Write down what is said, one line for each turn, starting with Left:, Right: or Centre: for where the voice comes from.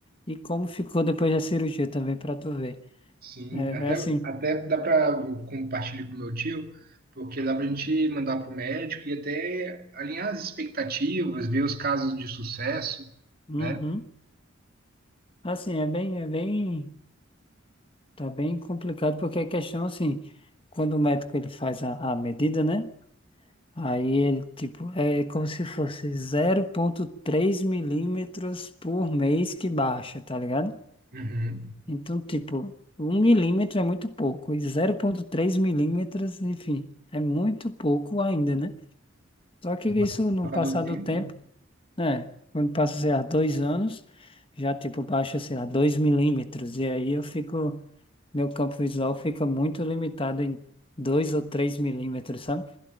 Left: e como ficou depois da cirurgia também pra tu ver.
Right: Sim,
Left: É,
Right: até,
Left: é assim,
Right: até dá para compartilhar com meu tio, porque dá para a gente mandar para o médico e até alinhar as expectativas, ver os casos de sucesso,
Left: uhum.
Right: né?
Left: Assim, é bem, é bem, tá bem complicado, porque a questão, assim, quando o médico ele faz a, a medida, né? Aí ele, tipo, é como se fosse zero vírgula três milímetros por mês que baixa, tá ligado?
Right: Uhum.
Left: Então, tipo, um milímetro é muito pouco, e zero vírgula três milímetros, enfim, é muito pouco ainda, né? Só que isso
Right: Mas com o
Left: no
Right: passar
Left: passar
Right: do tempo,
Left: do tempo,
Right: né?
Left: né? Quando passa, sei lá, dois anos, já tipo baixa, sei lá, 2 milímetros, e aí eu fico, meu campo visual fica muito limitado em 2 ou 3 milímetros, sabe?